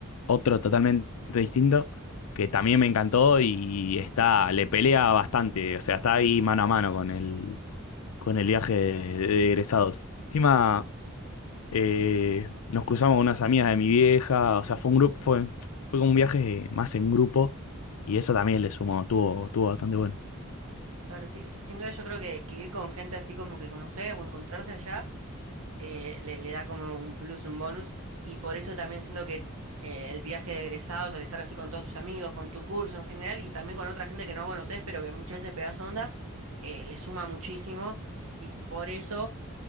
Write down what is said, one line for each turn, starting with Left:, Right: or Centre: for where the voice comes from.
Left: otro totalmente distinto, que también me encantó y está, le pelea bastante, o sea, está ahí mano a mano con el, con el viaje de, de egresados. Encima, eh, nos cruzamos con unas amigas de mi vieja, o sea, fue un grupo, fue, fue como un viaje más en grupo, y eso también le sumó, tuvo tuvo bastante bueno.
Right: Claro, sí, sí, sin duda yo creo que, que ir con gente así como que conocer o encontrarse allá eh, le, le da como un plus, un bonus. Y por eso también siento que eh, el viaje de egresados, al estar así con todos tus amigos, con tu curso en general y también con otra gente que no conoces, pero que muchas veces pegas onda, eh, le suma muchísimo. Y por eso,